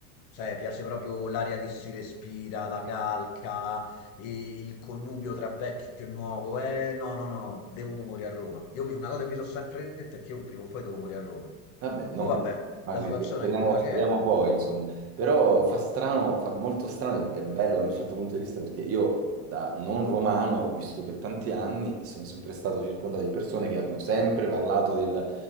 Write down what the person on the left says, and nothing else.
Cioè, piace proprio l'aria che si respira, la calca, i- il connubio tra vecchio e nuovo. Eh, no, no, no, devo morire a Roma. Io mi- una cosa che mi sono sempre detto è che io prima o poi devo morire a Roma.
Ma vabbè,
la
situazione
è quella
che è.